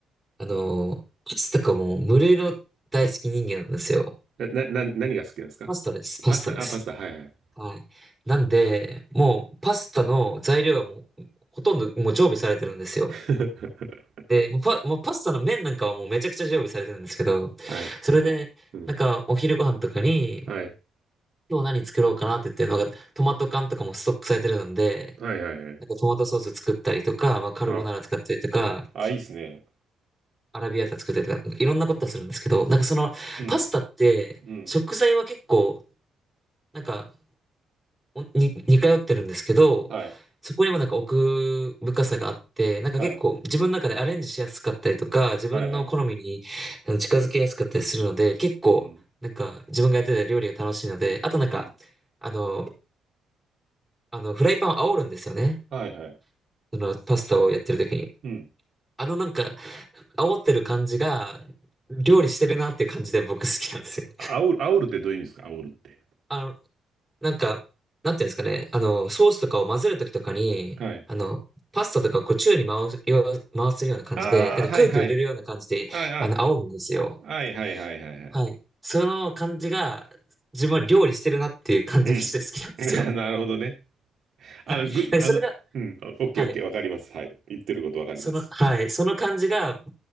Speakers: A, in the centre; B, on the right.
A: あの、パスタかもう無類の大好き人間なんですよ。
B: な、な、な何が好きなんですか
A: パスタです。パスタです。
B: パスタ、あ、パスタ、はいはい。
A: はい。なんで、もうパスタの材料はもう、ほとんどもう常備されてるんですよ。
B: <laughs>
A: で、もうパ、もうパスタの麺なんかはもうめちゃくちゃ常備されてるんですけど、
B: はい。
A: それで、
B: うん。
A: なんかお昼ご飯とかに、
B: はい。
A: 今日何作ろうかなって言ってるのが、トマト缶とかもストックされてるので、
B: はいはいはい。
A: なんかトマトソース作ったりとか、まあ、カルボナーラ作ったりとか、
B: あ、あ、いいっすね。
A: アラビアータ作ったりとか、なんかいろんなことするんですけど、なんかその、
B: うん。
A: パスタって、
B: うん。
A: 食材は結構、なんか、おに、似通ってるんですけど、
B: はい。
A: そこにもなんか奥深さがあって、なんか結構自分の中でアレンジしやすかったりとか、
B: はい。
A: 自分の好みにあの近づけやすかったりするので、
B: はいはい。
A: 結構、
B: うん。
A: なんか自分がやってた料理が楽しいので、あとなんか、
B: うん。
A: あの、あの、フライパンを煽るんですよね。
B: はいはい。
A: その、パスタをやってる時に。
B: うん。
A: あのなんか、煽ってる感じが、料理してるなって感じで僕好きなんですよ。
B: あおる、あおるってどういう意味ですかあおるって。
A: あの、なんか、なんていうんですかね、あの、ソースとかを混ぜるときとかに、
B: はい。
A: あの、パスタとかをこう宙に回すよう、回すような感じで、
B: ああ、
A: なんか空気を入れるような感じで、
B: はいはい。あ
A: あの、煽るんですよ。
B: あ、はいはいはいはいはい。
A: はい。その感じが、自分は料理してるなっていう感じがして好きなんですよ。
B: うん。<laughs> なるほどね。あの、
A: はい。
B: ぐ、
A: なんかそれが、
B: あの、うん、オッケーオッケー、
A: はい。
B: わかります。はい。言ってることわかります。
A: その、はい、その感じが好